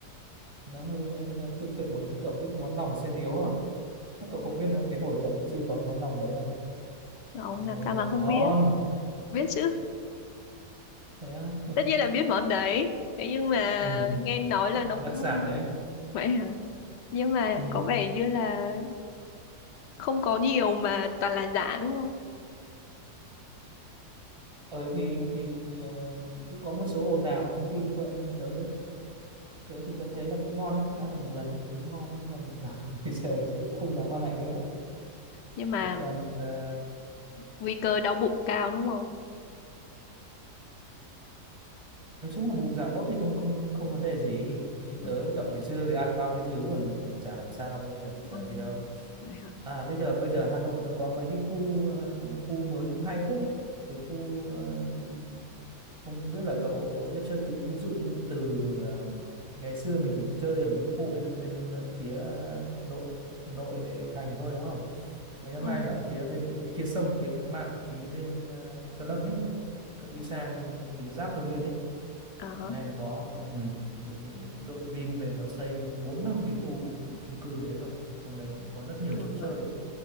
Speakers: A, on the right (about 20°); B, on the left (about 90°).
A: nó hơi hơi, hơi tích cực một tí cậu biết cái món lòng xe điếu à chắc cậu không biết đâu cái hồi cậu chưa có món lòng đấy là
B: Không,
A: món
B: làm
A: đấy
B: sao
A: là
B: mà
A: món
B: không
A: ngon
B: biết. Biết chứ.
A: đấy á.
B: Tất nhiên là biết món
A: <laughs>
B: đấy. Thế nhưng mà
A: ừ.
B: nghe nói là
A: nó
B: nó cũng
A: đặc sản đấy
B: vậy hả? Nhưng mà
A: ừ.
B: có vẻ như là không có nhiều mà toàn là giả đúng không?
A: ừ thì thì ờ, cũng có một số ồn ào thông tin như vậy nhưng mà tớ tớ thì tớ thấy là cũng ngon đấy ăn được một lần thì cũng ngon nhưng còn <laughs> bây giờ thì chắc cũng không dám ăn lại nữa
B: Nhưng mà
A: thì cần ờ,
B: nguy cơ đau bụng cao đúng không?
A: nói chung là bụng dạ tốt thì không không không vấn đề gì như
B: Ừ.
A: tớ với cậu ngày xưa thì ăn bao nhiêu thứ còn chả làm sao bây giờ sợ
B: Ừ.
A: gì đâu
B: Vậy hả?
A: à bây giờ bây giờ Hà Nội nó có mấy cái khu ờ, khu mới cũng hay phết đấy cái khu ờ, không không biết là cậu cậu biết chưa tự ví dụ như từ ờ, ngày xưa mình chỉ chơi ở mấy cái khu bên bên phía nội nội thành thôi đúng không mấy năm
B: Ừ.
A: nay là ở phía bên, bên, bên kia sông cái mạn phía bên ờ, Gia Lâm ấy cậu đi sang phía giáp Hưng Yên ấy
B: Ờ hả,
A: hiện nay là có ừ, cái, cái đội Vin về nó xây 4 năm cái khu chung cư đấy rồi trong đấy cũng có rất nhiều
B: ờ
A: chỗ
B: hả.
A: chơi